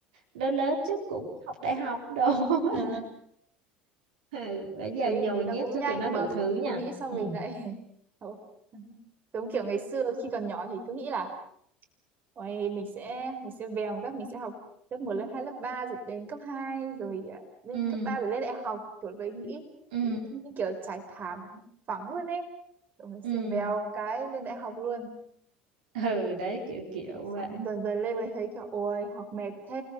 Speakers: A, on the right; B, on the right.
A: lớn lớn chút cũng học đại học đồ <laughs>
B: ừ.
A: Ừ, bây giờ
B: thấy
A: nhồi
B: thấy nó
A: nhét
B: cũng
A: cho
B: nhanh
A: tụi nó
B: mà
A: đủ
B: không
A: thứ nha.
B: không nghĩ sao mình
A: Ừ.
B: lại <laughs> Thôi. giống kiểu ngày xưa khi còn nhỏ thì cứ nghĩ là Ôi, mình sẽ mình sẽ vèo một các mình sẽ học lớp một lớp 2 lớp 3 rồi đến cấp 2 rồi à, lên
A: ừ
B: cấp 3 rồi lên đại học kiểu với nghĩ
A: ừ
B: nghĩ như kiểu trải thảm phẳng luôn ấy rồi mình sẽ
A: ừ
B: vèo cái lên đại học luôn
A: ừ đấy kiểu kiểu
B: xong
A: vậy
B: dần dần lên mới thấy kiểu ôi học mệt thế